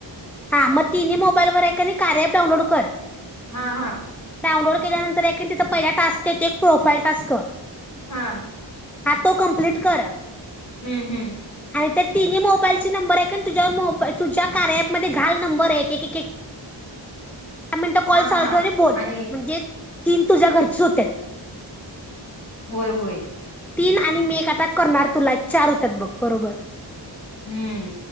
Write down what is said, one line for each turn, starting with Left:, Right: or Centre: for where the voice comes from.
Centre: हा मग तिन् मोबाईल वर आहे कने कार ऐप डाउनलोड कर
Left: हा हा
Centre: डाउनलोड केल्यांतर एक तिथं पहीला टास्क येते एक प्रोफाईल टास्क
Left: हा
Centre: हा तो कम्प्लीट कर
Left: हम्म हम्म
Centre: आणि त्या तिन्ही मोबाईलचे नंबर आहे का तुझ्यावर मो तुझ्या कार ऐप मध्ये घाल नंबर आहे एक एक मिनिट कॉल
Left: हा
Centre: चालू
Left: हा
Centre: ठेवले बोलल
Left: आणि
Centre: म्हणजे तीन तुझ्या घरचे होत्यात
Left: होय होय
Centre: तीन आणि मी एक आता करणार तुला एक चार होतात बघ बरोबर
Left: हम्म